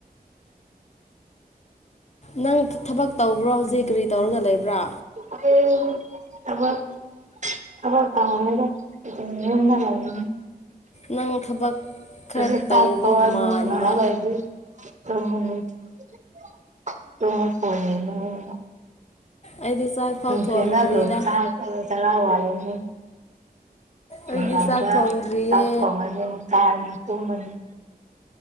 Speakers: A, on the left; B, on the right.
A: ꯅꯪ ꯊꯕꯛ ꯇꯧꯕ꯭ꯔꯣ ꯍꯧꯖꯤꯛ ꯀꯔꯤ ꯇꯧꯔꯒ ꯂꯩꯕ꯭ꯔꯥ
B: <unintelligible> ꯊꯕꯛ ꯈꯕꯔ ꯄꯍ ꯂꯩꯗ ꯌꯝꯗ ꯂ <unintelligible>
A: ꯅꯪ ꯊꯕꯛ ꯈꯔ
B: ꯁꯤ ꯊꯥꯄꯋꯥꯅꯤ
A: ꯇꯧꯕ ꯃꯥꯟꯕ
B: ꯃꯥꯕꯥꯏꯗꯤ ꯁꯃ <unintelligible> ꯇꯨꯃ ꯐꯣꯟꯣꯟ
A: ꯑꯩꯗꯤ ꯆꯥꯛ ꯐꯥꯎ ꯊꯣꯡꯗ꯭ꯔꯤꯗ
B: ꯐꯅ ꯑꯗꯨꯣ ꯆ ꯆꯔ ꯋꯥꯅꯤ
A: ꯑꯩꯗꯤ
B: ꯎ ꯉꯥꯡꯒ
A: ꯆꯥꯛ ꯊꯣꯡꯗ꯭ꯔꯤꯌꯦ
B: ꯇꯥꯛꯄꯣꯡꯉꯅꯤ ꯊꯥꯔꯅꯤ ꯇꯨꯝꯃꯅꯤ